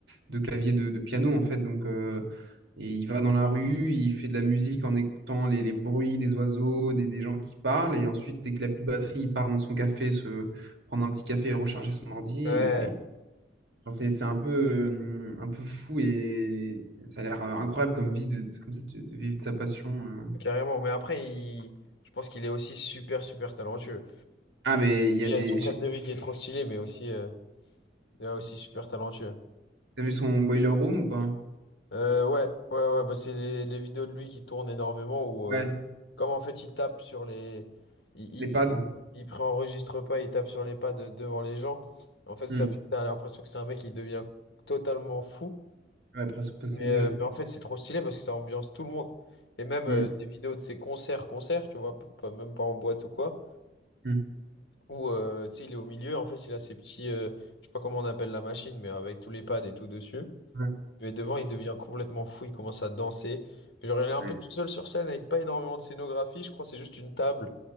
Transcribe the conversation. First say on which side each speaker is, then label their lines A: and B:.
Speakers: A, on the right; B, on the left.
A: de clavier de, de piano, en fait. Donc, euh, et il va dans la rue, il fait de la musique en écoutant les, les bruits des oiseaux, des, des gens qui parlent, et ensuite, dès qu'il a plus de batterie, il part dans son café, se prendre un petit café et recharger son ordi.
B: Ouais.
A: et Enfin, c'est c'est un peu, euh, un peu fou et ça a l'air euh, incroyable comme vie de, comme ça, de, de vivre de sa passion. euh.
B: Carrément. Mais après, il... je pense qu'il est aussi super, super talentueux.
A: Ah, mais il y
B: Il
A: a des.
B: y a son cadre
A: Je sais pas
B: de
A: si
B: vie qui est trop stylé, mais aussi, euh, il est aussi super talentueux.
A: t'as vu son boiler room ou pas?
B: Euh, ouais, ouais, ouais, bah c'est les, les vidéos de lui qui tournent énormément où,
A: Ouais,
B: euh, comme en fait, il tape sur les. Il, il,
A: les pads.
B: il, il préenregistre pas, il tape sur les pads de- devant les gens. En fait, ça
A: Hmm.
B: fait. T'as l'impression que c'est un mec qui devient totalement fou.
A: Ouais, presque possédé,
B: Mais, euh,
A: ouais.
B: mais en fait, c'est trop stylé parce que ça ambiance tout le monde. Et même
A: Hmm.
B: euh, des vidéos de ses concerts, concerts, tu vois, p- pas, même pas en boîte ou quoi.
A: Hmm.
B: Où, euh, tu sais, il est au milieu, en fait, il a ses petits. euh, je sais pas comment on appelle la machine, mais avec tous les pads et tout dessus.
A: Ouais.
B: Mais devant, il devient complètement fou, il commence à danser. Genre, elle est un
A: Ouais.
B: peu toute seule sur scène avec pas énormément de scénographie, je crois, c'est juste une table,